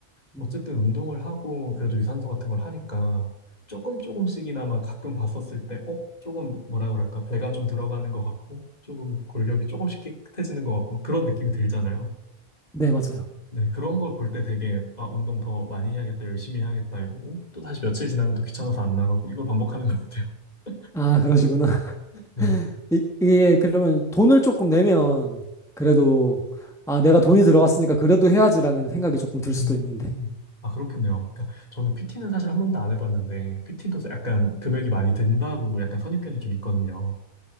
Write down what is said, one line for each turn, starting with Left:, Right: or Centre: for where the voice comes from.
Centre: 음.
Left: 어쨌든 운동을 하고 그래도 유산소 같은 걸 하니까 조금 조금씩이나마 가끔 봤었을 때, 어? 조금 뭐라 그럴까? 배가 좀 들어가는 것 같고, 조금 골격이 조금씩 깨끗해지는 것 같고, 막 그런 느낌이 들잖아요.
Centre: 네, 맞아요.
Left: 네, 그런 걸 볼 때 되게, 아, 운동 더 많이 해야겠다, 열심히 해야겠다, 이러고, 또 다시 며칠 지나면 또 귀찮아서 안 나가고, 이걸 반복하는 것 같아요. <laughs>
Centre: 아, 그러시구나. <laughs>
Left: 네.
Centre: 이- 이게 그러면 돈을 조금 내면 그래도 아, 내가 돈이 들어갔으니까 그래도 해야지라는 생각이 조금 들 수도
Left: 음,
Centre: 있는데.
Left: 아, 그렇겠네요. 그러니까 저는 PT는 사실 한 번도 안 해봤는데, PT도 약간 금액이 많이 든다고 약간 선입견이 좀 있거든요.